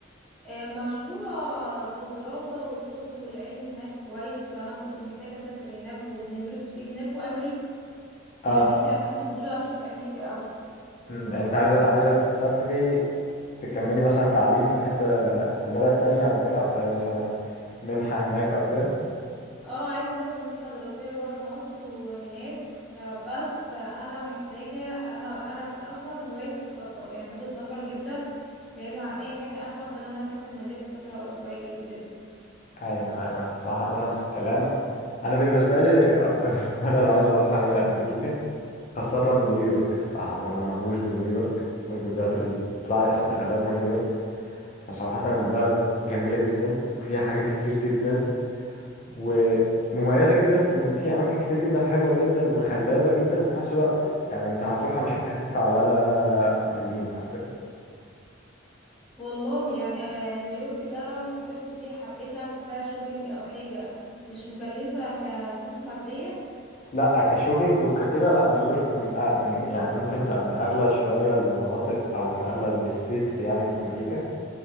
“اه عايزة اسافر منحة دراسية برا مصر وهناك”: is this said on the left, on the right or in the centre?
Centre